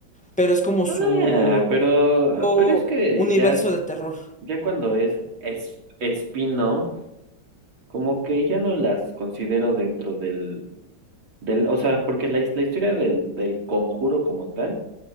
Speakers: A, in the centre; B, on the right.
A: pero es como
B: Ah,
A: su...
B: pero,
A: o
B: pero es que
A: universo
B: ya,
A: de terror.
B: ya cuando es, es spin-off, como que ya no las considero dentro del, del, o sea, porque la, his- la historia del, del conjuro como tal,